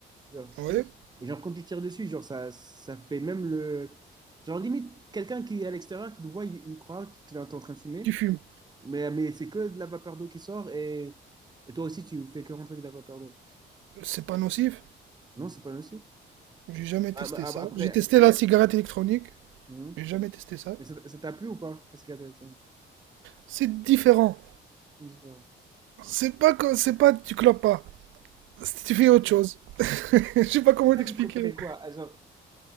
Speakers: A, on the right (about 20°); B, on the right (about 75°).
A: genre
B: ouais.
A: truc. Et genre quand tu tires dessus, genre ça, ça fait même le... Genre limite, quelqu'un qui est à l'extérieur, qui te voit, il, il croit que tu es en train de fumer,
B: Tu fumes.
A: mais, mais c'est que de la vapeur d'eau qui sort et, et toi aussi tu fais que rentrer de la vapeur d'eau.
B: C'est pas nocif.
A: Non, c'est pas nocif.
B: J'ai jamais testé
A: Ah, bah, ah,
B: ça.
A: bah, après,
B: J'ai testé la cigarette électronique.
A: hum.
B: mais J'ai jamais testé ça.
A: Et ça ça t'a plu ou pas? Parce qu'il c'est
B: C'est différent.
A: différent.
B: C'est pas, co- c'est pas, tu clopes pas. C'est- Tu fais autre chose. <laughs> Je sais pas comment
A: Et toi,
B: t'expliquer.
A: tu préférais quoi? Ah, genre,